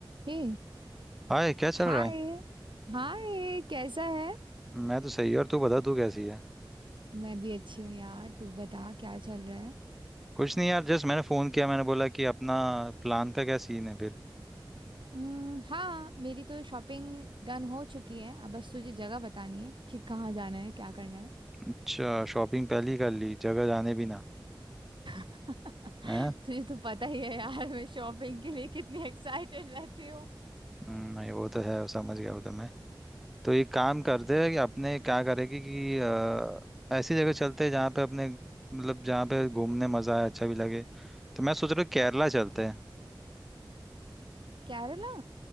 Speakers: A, on the right (about 70°); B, in the centre.
A: हे
B: हाय क्या चल
A: hi
B: रहा है
A: Hi कैसा है
B: मैं तो सही और तू बता तू कैसी है
A: मैं भी अच्छी हूँ यार तू बता क्या चल रहा है
B: कुछ नहीं यार जस्ट मैंने फोन किया मैंने बोला कि अपना प्लान का क्या सीन है फिर
A: हम्म हाँ मेरी तो शॉपिंग डन हो चुकी है अब बस तुझे जगह बतानी है कि कहाँ जाना है क्या करना है
B: अच्छा शॉपिंग पहले ही कर ली जगह जाने भी ना
A: <laughs>
B: है
A: तुझे तो पता ही है यार मैं शॉपिंग के लिए कितनी एक्साइटेड रहती हूँ
B: हम्म, नहीं वो तो है समझ गया वो तो मैं तो एक काम करते हैं कि अपने क्या करेगी कि अ, ऐसी जगह चलते हैं जहाँ पे अपने मतलब जहाँ पे घूमने मजा आए अच्छा भी लगे तो मैं सोच रहा हूँ केरला चलते हैं
A: केरला